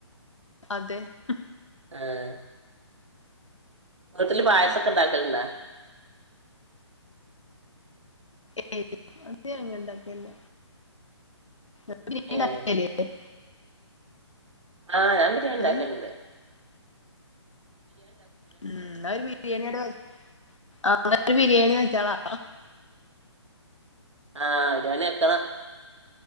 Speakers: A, on the left; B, on the right.
A: അതെ ഉമ്
B: ആഹ് വീട്ടിൽ
A: ഉം
B: പായസൊക്കെ ഇണ്ടാക്കൽ ണ്ടോ
A: ഏയ് അത് ഞങ്ങ ഇണ്ടാക്കല്ല <unintelligible>
B: ഏഹ് ആഹ് ഞാൻ ബിരിയാൻ ഇണ്ടാക്കൽ
A: ഉം
B: ണ്ട്
A: ഉമ് എന്ന ഒരു ബിരിയാണി ടെ ആഹ് ഒരു ബിരിയാണി വെച്ചാളാ
B: ആഹ് ബിരിയാണി വെക്കണം